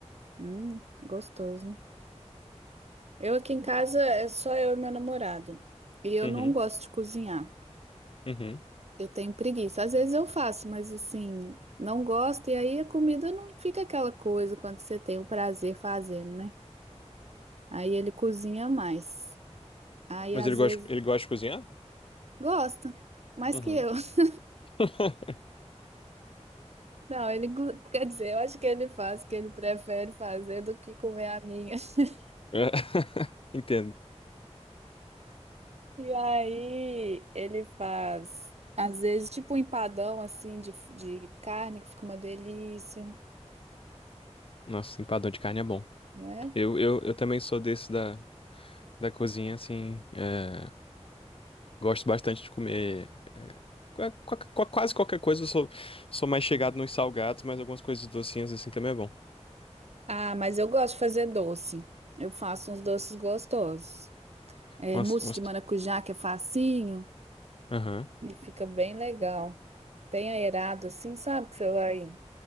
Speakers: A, on the right; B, on the left.
A: Hum, gostoso. Eu aqui em casa é só eu e meu namorado. E eu
B: Uhum,
A: não gosto de cozinhar.
B: uhum.
A: Eu tenho preguiça. Às vezes eu faço, mas assim, não gosto, e aí a comida não fica aquela coisa quando você tem o prazer fazendo, né? Aí ele cozinha mais. Aí
B: Mas
A: às
B: ele gosta,
A: vezes
B: ele gosta de cozinhar?
A: gosta, mais
B: Uhum.
A: que eu. <laughs>
B: <laughs>
A: Não, ele go- quer dizer, eu acho que ele faz o que ele prefere fazer do que comer a minha. <laughs>
B: É. <laughs> Entendo.
A: E aí ele faz, às vezes, tipo um empadão assim de, de carne, que fica uma delícia,
B: Nossa, empadão de carne é bom.
A: não é?
B: Eu, eu, eu também sou desse da, da cozinha, assim, é, gosto bastante de comer qua- qua- qua- quase qualquer coisa, eu sou, sou mais chegado nos salgados, mas algumas coisas docinhas, assim, também é bom.
A: Ah, mas eu gosto de fazer doce. Eu faço uns doces gostosos. É,
B: Umas,
A: mousse
B: umas
A: de maracujá, que é facinho,
B: Aham.
A: e fica bem legal. Bem aerado, assim, sabe? Que você vai